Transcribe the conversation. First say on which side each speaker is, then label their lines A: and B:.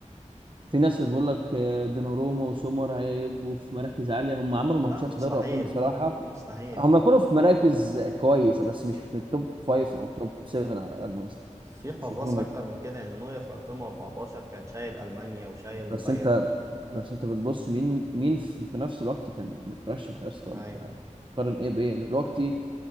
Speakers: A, on the right; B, on the right.
A: في ناس بتقول لك آه، دوناروما وسومر هيبقوا في مراكز عاليه هم عملوا
B: لا
A: ماتشات
B: مستحيل
A: في دوري الابطال بصراحه
B: مستحيل
A: هم يكونوا في مراكز كويسه بس مش من التوب فايف او توب 7 على الاقل مثلا
B: في حراس
A: مش هيكونوا من
B: أكتر من كده يعني نوير في 2014 كان شايل ألمانيا وشايل
A: بس
B: بايرن
A: انت بس انت بتبص مين مين في في نفس الوقت كان مترشح يا اسطى
B: أيوه
A: انت قارن ايه بايه دلوقتي